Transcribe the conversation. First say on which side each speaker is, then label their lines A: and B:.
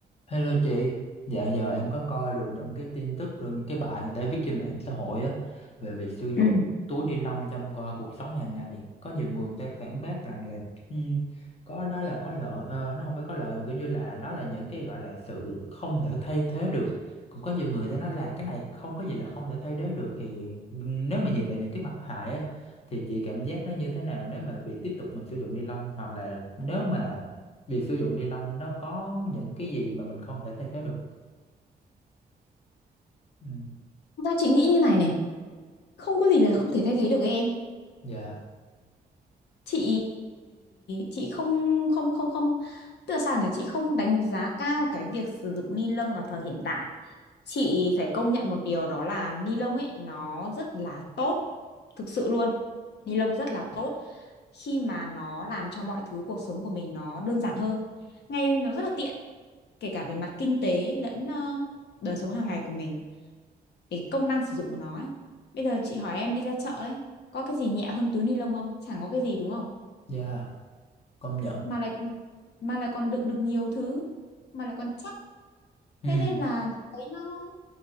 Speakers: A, on the left; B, on the left.
A: Hello chị, dạo giờ em có coi được những cái tin tức rồi những cái bài người ta viết trên mạng xã hội á về việc sử dụng
B: ừ
A: túi ni lông trong uh, cuộc sống hàng ngày. Có nhiều người người ta phản bác rằng là ừm, có đó là có lợi, ờ, nó không phải có lợi mà kiểu như là đó là những cái gọi là sự không thể thay thế được. Cũng có nhiều người ta nói là cái này không có gì là không thể thay thế được thì nhưng nếu mà nhìn về những cái mặt hại á thì chị cảm giác nó như thế nào nếu mà việc tiếp tục mình sử dụng ni lông hoặc là nếu mà việc sử dụng ni lông nó có những cái gì mà mình không thể thay thế được ừ.
B: Thật ra chị nghĩ như này này không có gì là không thể thay thế được ấy em
A: dạ
B: chị chị không không không không tức là sao nhỉ chị không đánh giá cao cái việc sử dụng ni lông ở thời hiện đại chị phải công nhận một điều đó là ni lông ấy nó rất là tốt thực sự luôn ni lông rất là tốt khi mà nó làm cho mọi thứ cuộc sống của mình nó đơn giản hơn ngay nó rất là tiện kể cả về mặt kinh tế lẫn ờ, đời sống hàng ngày của mình cái công năng sử dụng của nó ấy. Bây giờ chị hỏi em đi ra chợ đấy, có cái gì nhẹ hơn túi ni lông không? Chẳng có cái gì đúng không?
A: dạ công nhận
B: Mà lại còn mà lại còn đựng được nhiều thứ, mà lại còn chắc.
A: ừ.
B: Thế nên là thấy nó